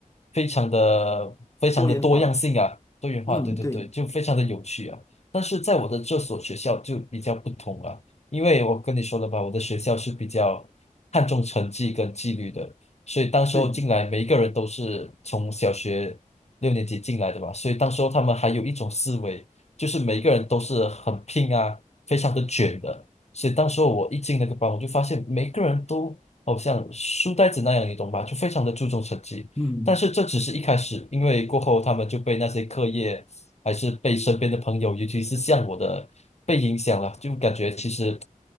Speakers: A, on the left; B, on the left.
A: 非常的、非常的多样性啊，
B: 多元化，
A: 多元化，
B: 嗯，
A: 对对对，
B: 对
A: 就非常的有趣啊。但是在我的这所学校就比较不同啊，因为我跟你说了吧，我的学校是比较看重成绩跟纪律的，所以当时候进来，
B: 对，
A: 每一个人都是从小学六年级进来的吧，所以当时候他们还有一种思维，就是每一个人都是很拼啊，非常的卷的。所以当时候我一进那个班，我就发现每个人都好像书呆子那样，你懂吧？就非常的注重成绩。
B: 嗯。
A: 但是这只是一开始，因为过后他们就被那些课业，还是被身边的朋友，尤其是像我的，被影响了，就感觉其实